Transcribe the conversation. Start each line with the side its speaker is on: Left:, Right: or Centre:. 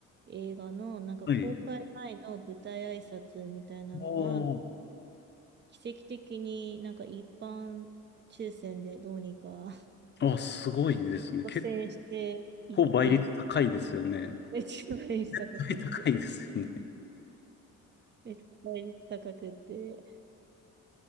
Right: 映画の、なんか公開前の舞台挨拶みたいなのは、
Left: はい。お
Right: 奇跡的になんか一般抽選でどうにか <laughs>
Left: あ、すごいですね。
Right: 補正していって、
Left: 結構倍率高いですよね。
Right: めっちゃ倍率高くって、
Left: <laughs> 高いですよね。
Right: めっちゃ倍率高くって、